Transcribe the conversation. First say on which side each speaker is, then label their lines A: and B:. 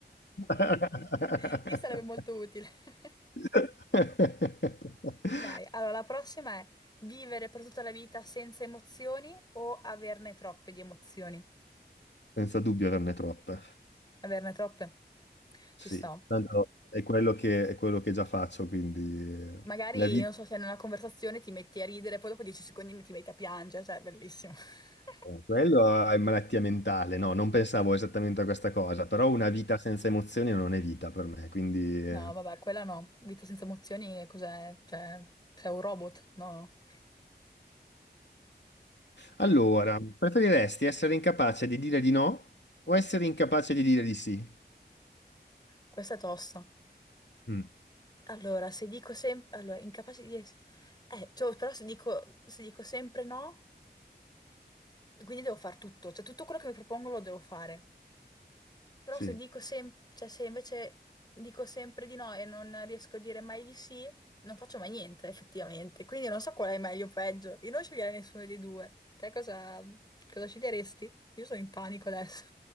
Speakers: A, on the left (about 85°); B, on the left (about 25°).
A: <laughs>
B: <laughs> Lì sarebbe molto utile. <laughs>
A: <laughs>
B: Vai. Allora, la prossima è vivere per tutta la vita senza emozioni o averne troppe di emozioni?
A: Senza dubbio averne troppe.
B: Averne troppe?
A: Sì,
B: Ci sto.
A: tanto è quello che, è quello che già faccio, quindi eh,
B: Magari,
A: la vita...
B: non so, se in una conversazione ti metti a ridere, poi dopo 10 secondi ti metti a piangere, cioè, bellissimo. <laughs>
A: Quello è malattia mentale, no, non pensavo esattamente a questa cosa, però una vita senza emozioni non è vita per me, quindi... eh.
B: No, vabbè, quella no. Vita senza emozioni è cos'è? Cioè, sei un robot? No.
A: Allora, preferiresti essere incapace di dire di no o essere incapace di dire di sì?
B: Questa è tosta.
A: Mm,
B: Allora, se dico sempre... Allora, incapace di... es- Eh, cioè, però se dico... se dico sempre no, quindi devo fare tutto. Cioè, tutto quello che mi propongo lo devo fare. Però
A: sì.
B: se dico sem- cioè, se invece dico sempre di no e non riesco a dire mai di sì, non faccio mai niente, effettivamente. Quindi non so qual è meglio o peggio. Io non sceglierei nessuno dei due. Te cosa, cosa sceglieresti? Io sono in panico adesso.